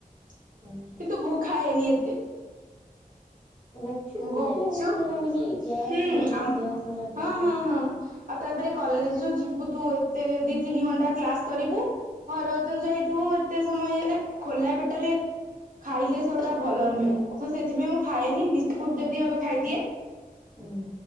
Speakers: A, on the right; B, on the left.
A: କିନ୍ତୁ
B: ଆଚ୍ଛା।
A: ମୁଁ ଖାଏନି ଏତେ।
B: ଗୁପଚୁପ
A: ଗୁପଚୁପ
B: ଖାଇଲେ ବେଶୀ କଣ କି ଗ୍ୟାସ୍
A: ହୁଁ
B: ହବ
A: ଆ
B: ଦେହ ଖରାପ
A: ହଁ
B: ହବ।
A: ହଁ ହଁ ଆଉ ତାପରେ କଲେଜ ଯୋଉ ଯିବୁ ତୁ ଏତେ ଦି ତିନି ଘଣ୍ଟା କ୍ଲାସ କରିବୁ ଘରଦରୁ ଯାଇଥିବୁ ଏତେ ସମୟ ହେଲା ଖୋଲା ପେଟରେ ଖାଇଲେ ସେଗୁଟା ଭଲ ନୁହେଁ, ତ ସେଥିପାଇଁ ମୁଁ ଖାଏନି ବିସ୍କୁଟ ଯଦି ହବ ଖାଇଦିଏ।
B: ଉଁ